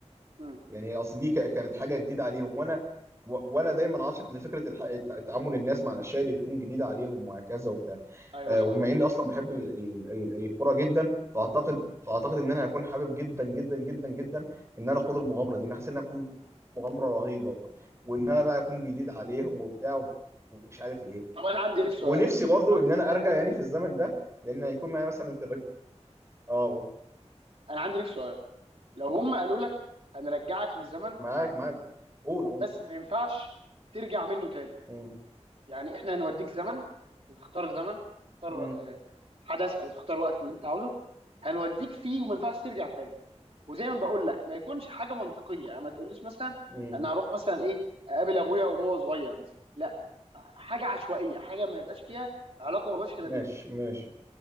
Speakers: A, on the right; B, on the right.
A: امم
B: يعني هي اصل دي ك- كانت حاجه جديده عليهم وانا و- وانا دايما عاشق لفكره الح- الت- تعامل الناس مع الاشياء اللي بتكون جديده عليهم وهكذا وبتاع
A: ايوه
B: آه،
A: صح
B: وبما اني اصلا بحب ال- ال- ال- الكوره جدا فاعتقد فاعتقد ان انا هكون حابب جدا جدا جدا جدا ان انا اخوض المغامره دي ان أنا حاسس انها هتكون مغامره رهيبه وان انا بقى اكون جديد عليهم وبتاع ومش عارف ايه
A: طب انا عندي لك سؤال
B: ونفسي برضو
A: عن...
B: ان انا ارجع يعني في الزمن ده لان هيكون معايا مثلا تلك... اه قول.
A: انا عندي لك سؤال لو هم قالوا لك هنرجعك لزمن
B: معاك معاك قول قول
A: بس ما ينفعش ترجع منه تاني
B: مم.
A: يعني احنا هنوديك زمن تختار زمن تختار
B: مم.
A: آه، حدث او تختار وقت اللي انت عاوزه هنوديك فيه وما ينفعش ترجع تاني وزي ما بقول لك ما يكونش حاجه منطقيه يعني ما تقوليش مثلا
B: مم.
A: انا هروح مثلا ايه اقابل ابويا وهو صغير مثلا لا حاجه عشوائيه حاجه ما يبقاش فيها علاقه مباشره بيك
B: ماشي ماشي